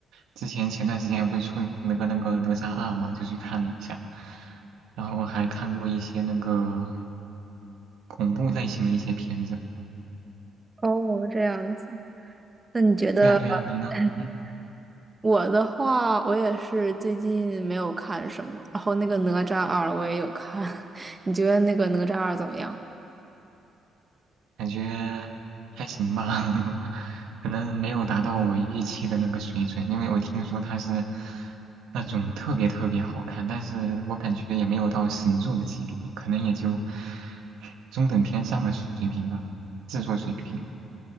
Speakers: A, on the right (about 80°); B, on the right (about 20°).
A: 之前前段时间不是出了个那个哪吒二嘛，就去看了一下，然后还看过一些那个恐怖类型的一些片子。
B: 哦，这样子，那你觉得
A: 对呀，对呀，
B: <laughs>？
A: 你呢？嗯。
B: 我的话，我也是最近没有看什么，然后那个《哪吒二》我也有看，<laughs> 你觉得那个《哪吒二》怎么样？
A: 感觉还行吧，<laughs> 可能没有达到我预期的那个水准，因为我听说它是那种特别特别好看，但是我感觉也没有到神作的级别，可能也就中等偏上的水平吧，制作水平。